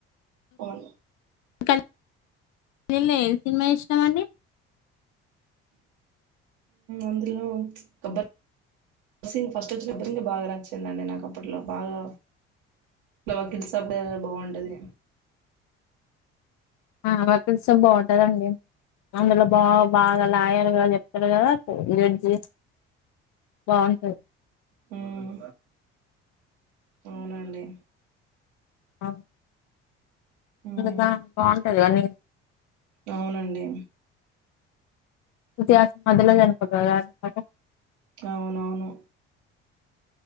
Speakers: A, on the right; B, on the left.
A: పోను.
B: కలి లే ఏ సినిమా ఇష్టమ అండి.
A: అందులో గబ్బర్ సింగ్. ఫస్ట్ వచ్చిన అప్పుడే బాగా నచ్చిందండి నాకు. అప్పుట్లో బాగా. వకీల్ సాబ్ బాగుంటాది.
B: ఆ వకీల్ సాబ్ బాగుంటాదండి. అందులో బాగా బాగా లాయర్. దా చెప్తాడు కదా జె. బాగుంటాది.
A: హ్మ్ ఆ అవునండి
B: ఆ
A: ఉమ్
B: ఇంగ దా బా గుంటది గాని
A: అవునండి
B: శృతిహసన్ మధ్యలో చనిపోతాది కదా <inaudible> అండి
A: అవునవును